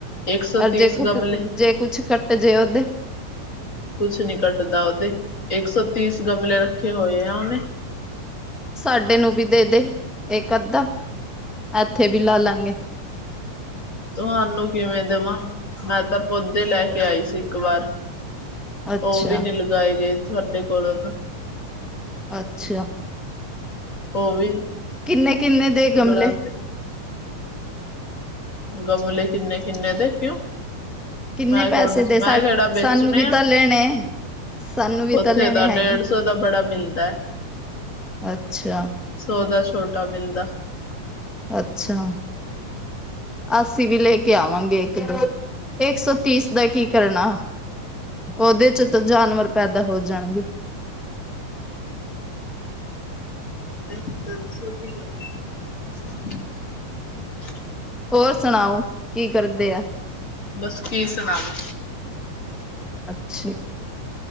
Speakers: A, on the left (about 25°); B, in the centre.
A: ਇੱਕ ਸੌ
B: ਅਰ
A: ਤੀਸ
B: ਜੇ ਕੁੱਟ
A: ਗਮਲੇ
B: ਜੇ ਕੁੱਛ ਕੱਟ ਜੇ ਓਦੇ।
A: ਕੁਛ ਨੀ ਕੱਟਦਾ ਓਦੇ। ਏਕ ਸੌ ਤੀਸ ਗਮਲੇ ਰੱਖੇ ਹੋਏ ਆ ਓਨੇ।
B: ਸਾਡੇ ਨੂੰ ਵੀ ਦੇ ਦੇ ਏਕ ਅੱਧਾ। ਐਥੇ ਵੀ ਲਾ ਲਾਂਗੇ।
A: ਤੁਹਾਨੂੰ ਕਿਵੇਂ ਦਵਾਂ, ਮੈਂ ਤੇ ਪੌਦੇ ਲੈ ਕੇ ਆਈ ਸੀ ਇੱਕ ਵਾਰ।
B: ਅੱਛਾ
A: ਔ ਵੀ ਨੀ ਲਗਾਏ ਗਏ ਤੁਹਾਡੇ ਕੋਲੋਂ ਤਾਂ।
B: ਅੱਛਾ।
A: ਓ ਵੀ।
B: ਕਿੰਨੇ ਕਿੰਨੇ ਦੇ ਗਮਲੇ?
A: ਗਲਾ ਤੇ ਗਮਲੇ ਕਿੰਨੇ ਕਿੰਨੇ ਦੇ ਕਿਉਂ?
B: ਕਿੰਨੇ
A: ਮੈਂ ਕੌਣ
B: ਪੈਸੇ ਦੇ
A: ਮੈਂ
B: ਸਾ
A: ਕਿਹੜਾ ਵੇਚਣੇ
B: ਸਾਨੂੰ ਵੀ
A: ਆ
B: ਤਾਂ ਲੇਣੇ। ਸਾਨੂੰ ਵੀ
A: ਉੱਥੇ
B: ਤਾਂ ਲੇਣੇ ਹੈਗੇ।
A: ਡੇਢ ਸੌ ਦਾ ਬੜਾ ਮਿਲਦਾ
B: ਅੱਛਾ।
A: ਸੌਦਾ ਛੋਟਾ ਬਿੰਦਾ
B: ਅੱਛਾ ਅਸ ਅਸੀਂ ਵੀ ਲੈ ਕੇ ਆਵਾਂਗੇ ਇੱਕ ਦੋ ਇੱਕ ਸੌ ਤੀਸ ਦਾ ਕੀ ਕਰਨਾ ਉਹਦੇ ਚ ਤਾਂ ਜਾਨਵਰ ਪੈਦਾ ਹੋ ਜਾਣਗੇ।
A: <unintelligible>
B: ਹੋਰ ਸੁਣਾਓ ਕੀ ਕਰਦੇ ਆ?
A: ਬਸ ਕੀ ਸੁਣਾਓ?
B: ਅੱਛਾ,